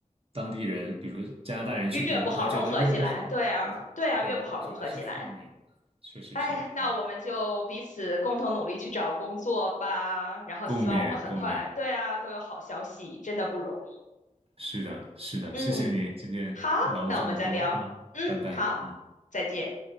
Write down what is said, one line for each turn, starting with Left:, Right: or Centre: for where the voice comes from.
Right: 当地人，比如说加拿大人去评估，
Left: 越不好融合进来，
Right: 他觉得越不好，
Left: 对啊，
Right: 没错，
Left: 对啊，
Right: 他可能会觉得是负面。
Left: 越不好融合进来。
Right: 确实是，
Left: 哎，那我们就彼此共同努力去找工作吧，
Right: 嗯，
Left: 然后希望我们很快，
Right: 共勉共勉，
Left: 对啊，都有好消息，真的不容易。
Right: 是的，是的，
Left: 嗯，
Right: 谢谢你今天聊了这么多，
Left: 好，那我们再聊。
Right: 嗯，
Left: 嗯，
Right: 拜拜。
Left: 好，
Right: 嗯。
Left: 再见。